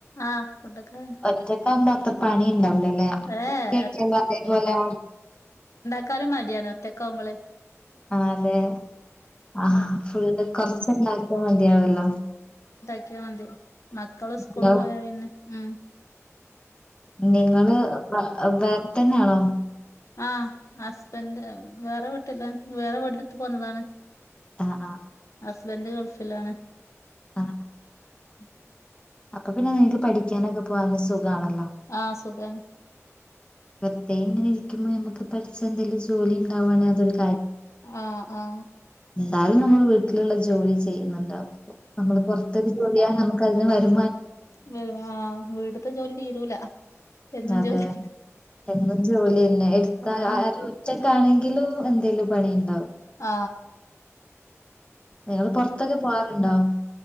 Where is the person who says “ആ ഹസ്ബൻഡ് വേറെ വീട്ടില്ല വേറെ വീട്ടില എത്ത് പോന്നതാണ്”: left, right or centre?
Left